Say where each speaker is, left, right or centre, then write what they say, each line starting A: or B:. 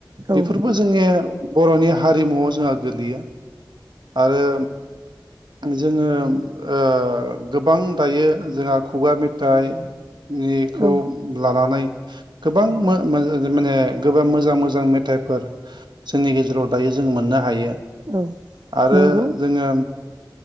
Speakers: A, on the right; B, on the right.
A: औ
B: बेफोरबो जोंनि बर'नि हारिमुवआव जोंहा गोलैयो आरो जोङो ओ गोबां दायो जोंहा खुगा मेथाइ निखौ
A: औ
B: लानानै गोबां मा माने गोबां मोजां मोजां मेथाइफोर जोंनि गेजेराव दायो जों मोननो हायो
A: औ
B: आरो
A: नंगौ
B: जोङो